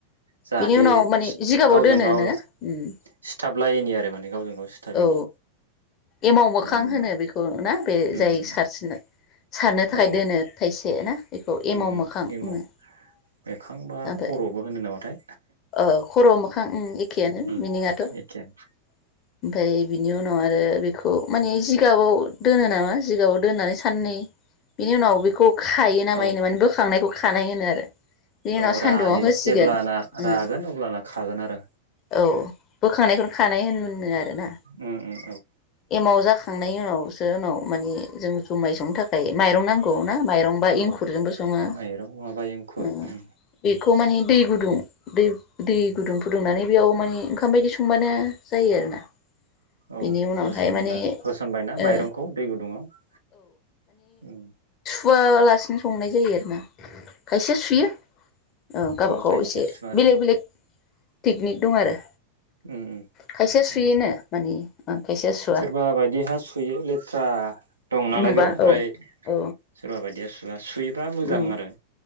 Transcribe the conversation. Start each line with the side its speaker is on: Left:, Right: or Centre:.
Right: जाहाथे
Left: बिनि उनाव माने जिगाबाव
Right: गावजों
Left: दोनोनो
Right: गाव
Left: उम
Right: सिथाबलायैनि आरो माने गावजों गाव सिथाबैनि
Left: औ एमाव मोखां
Right: बेनि उनाव
Left: होनो बेखौ ना बे
Right: उम
Left: जाय सारसिनो सारनो थाखाय
Right: औ
Left: दोनो थाइसे ना इखौ एमाव
Right: उम उम
Left: मोखां
Right: एमाव
Left: बुङो
Right: मोखां बा
Left: <unintelligible>
Right: खर'बो होनो नामाथाय
Left: ओ खर' मोखां ओम एखेयानो
Right: उम
Left: मिनिङाथ' ओमफाय
Right: एखेयानो
Left: बिनि उनाव आरो बि खौ माने जिगाबाव दोनो नामा जिगाबाव दोननानै साननै बिनि उनाव बेखौ खायो नामायोनो
Right: औ
Left: माने बोखांनायखौ खानाय होनो आरो
Right: औ
Left: <unintelligible>
Right: रायो
Left: होसिगोन
Right: जेब्लाना
Left: उम
Right: रागोन अब्लाना खागोन आरो
Left: औ बोखांनायखौनो खानाय होन होनो आरोना
Right: उम उम
Left: एमाव जाख थांनायनि उनावसो उनाव माने जों जुमाय संनो थाखाय माइरं नांगौ ना माइरंबा
Right: औ
Left: एंखुरजोंबो सङो
Right: माइरं माबा एंखुर
Left: ओ
Right: उम
Left: इखौ माने दै गुदुं दै दै गुदुं फुदुंनानै बेयाव माने ओंखाम बायदि संबानो जायो आरोना।
Right: औ
Left: बिनि उनावहाय
Right: होसनना
Left: माने
Right: होसनबायना माइरंखौ
Left: ओ
Right: दै गुदुङाव उम
Left: वालासिनो संनाय जायो आरोना खायसे सुयो औ गाबागाव
Right: खायसेया
Left: एसे
Right: सुवा आरो
Left: बेलेग बेलेग टेकनिक दं आरो
Right: उम उम
Left: खायसेया
Right: नोंगौ
Left: सुयोनो माने खायसेया सुवा
Right: सोरबा बायदि हा सुयो लेथ्रा दं नालाय
Left: नुबा
Right: बेयाव ओमफ्राय
Left: औ औ
Right: सोरबा बायदिया ए सुवा सुयोबा मोजां
Left: उम
Right: आरो